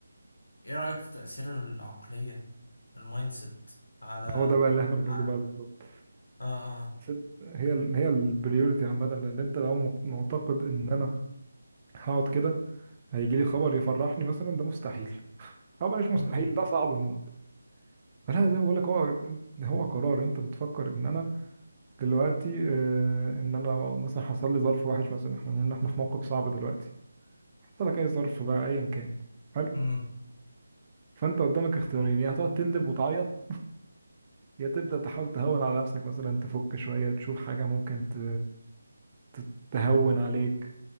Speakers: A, on the left; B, on the right.
A: ايه رأيك في تأثير العقلية المايند سيت على
B: هو ده بقى اللي احنا بنقوله
A: على-
B: بقى بالظبط
A: اه اه
B: ست هي ال... هي البريوريتي عامة لأن أنت لو مق- معتقد إن أنا هقعد كده هيجي لي خبر يفرحني مثلا ده مستحيل أو بلاش
A: امم
B: مستحيل ده صعب موت فلا زي ما بقول لك هو هو قرار أنت بتفكر إن أنا دلوقتي آه، إن أنا لو مثلا حصل لي ظرف وحش مثلا إحنا بنقول إن إحنا في موقف صعب دلوقتي حصل لك أي ظرف بقى أيا كان حلو
A: امم
B: فأنت قدامك اختيارين يا هتقعد تندب وتعيط يا تبدأ تحاول تهون على نفسك مثلا تفك شوية تشوف حاجة ممكن ت... ت- تهون عليك